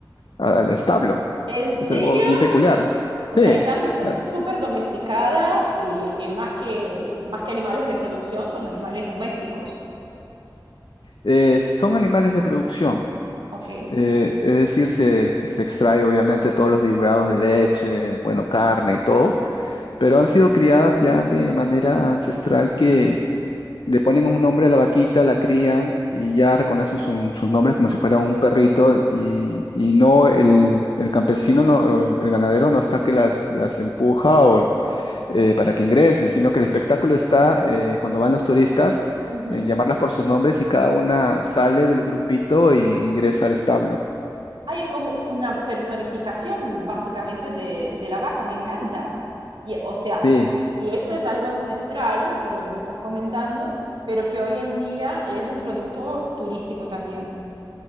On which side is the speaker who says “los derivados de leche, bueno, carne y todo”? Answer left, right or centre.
Left